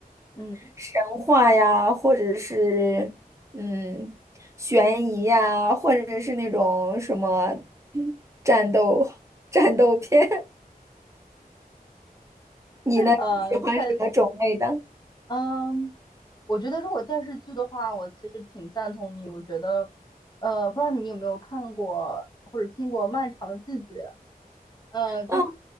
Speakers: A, on the left (about 30°); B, on the right (about 20°).
A: 嗯，
B: 神话呀，或者是嗯，悬疑呀，或者是那种什么嗯战斗 <laughs> 战斗片。你呢？
A: 呃，
B: 你喜欢什么种类的？
A: 太嗯，我觉得如果电视剧的话，我其实挺赞同你。我觉得呃，不知道你有没有看过或者听过《漫长的季节》。呃，就是
B: 嗯，